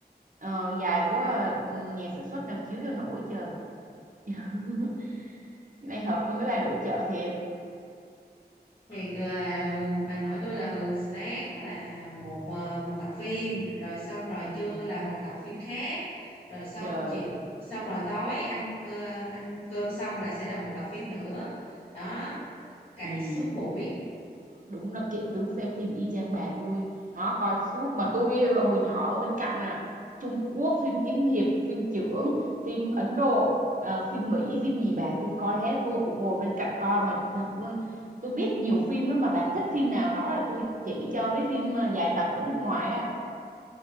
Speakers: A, on the right (about 50°); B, on the left (about 35°).
A: Ờ, dài quá à, Ừ, nhà sản xuất nào chiếu cho nổi trời. <laughs> Cái này hợp với mấy bà nội trợ thiệt.
B: thì là bà nội tôi là thường sáng là một ờ, một tập phim rồi xong rồi
A: Ừ.
B: trưa là một tập phim khác rồi xong
A: Trời.
B: chị xong rồi tối ăn ờ, ăn cơm xong là sẽ là một tập phim nữa đó cày
A: Ừ.
B: suốt buổi
A: đúng là kiện tướng xem phim y chang bà tôi nó coi suốt mà tôi hồi nhỏ ở bên cạnh à Trung Quốc phim kiếm hiệp phim chưởng phim Ấn Độ ờ, phim Mỹ phim gì bà tôi coi hết tôi cũng ngồi bên cạnh coi mà thật luôn tôi biết nhiều phim lắm mà bà thích phim nào nói là tôi chỉ cho mấy phim ờ, dài tập ở nước ngoài á